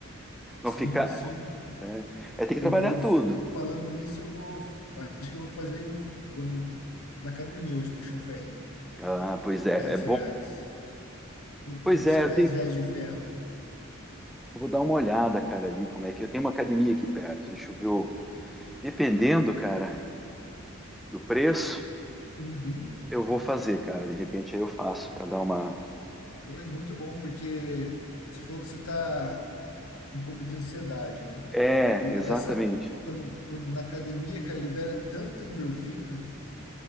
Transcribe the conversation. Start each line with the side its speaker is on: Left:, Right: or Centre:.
Centre: Não
Left: sim,
Centre: fica,
Left: sim.
Centre: né? É, tem que
Left: Eu
Centre: trabalhar
Left: vou,
Centre: tudo.
Left: falando nisso, eu vou, acho que eu vou fazer um, vou na academia hoje puxar um ferrinho.
Centre: Ah, pois é,
Left: dez
Centre: é bom.
Left: reais. Vou
Centre: Pois
Left: puxar
Centre: é,
Left: 10
Centre: eu tenho que-
Left: reais de ferro ali.
Centre: eu vou dar uma olhada, cara, ali como é que eu tenho uma academia aqui perto. Deixa eu ver. o- Dependendo, cara, do preço,
Left: Uhum.
Centre: eu vou fazer, cara. De repente aí eu faço para dar uma.
Left: Oi, muito bom, porque você falou que você está com um pouco de ansiedade, né?
Centre: É,
Left: O,
Centre: exatamente.
Left: essa, quando, quando na academia, cara, libera tanta endorfina,